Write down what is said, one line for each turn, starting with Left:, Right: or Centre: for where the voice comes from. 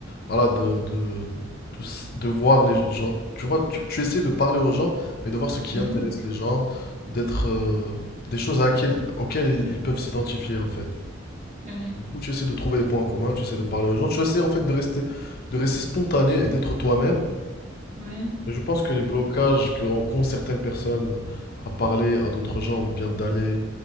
Left: voilà, de, de, de, s- de voir les gens, tu vois, tu, tu essaies de parler aux gens, mais de voir ce qui
Right: Mhm.
Left: intéresse les gens, d'être, euh, des choses à laquelle- auxquelles ils ils peuvent s'identifier en fait.
Right: Ouais,
Left: Où tu essaies de trouver des points en commun, tu essaies de parler aux gens, tu essaies en fait de rester, de rester spontané et d'être toi-même.
Right: ouais,
Left: Et je pense que les blocages que ren- qu'ont certaines personnes à parler à d'autres gens ou bien d'aller